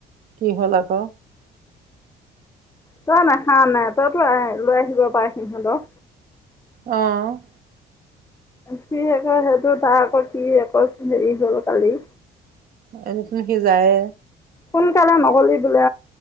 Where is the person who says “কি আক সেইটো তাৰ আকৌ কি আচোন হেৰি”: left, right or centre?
Left